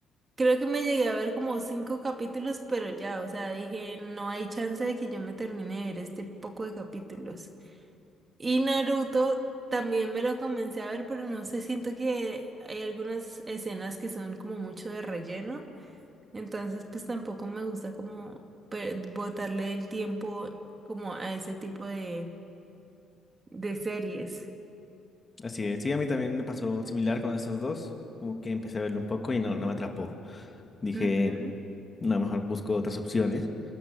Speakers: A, on the right (about 35°); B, on the left (about 25°).
A: Creo que me llegué a ver como cinco capítulos, pero ya, o sea, dije, no hay chance de que yo me termine de ver este poco de capítulos. Y Naruto también me lo comencé a ver, pero no sé, siento que hay algunas escenas que son como mucho de relleno. Entonces, pues tampoco me gusta como per- botarle el tiempo como a ese tipo de, de series.
B: Así es, sí, a mí también me pasó similar con esos dos, como que empecé a verlo un poco y no, no me atrapó. Dije,
A: Ujú.
B: no, mejor busco otras opciones.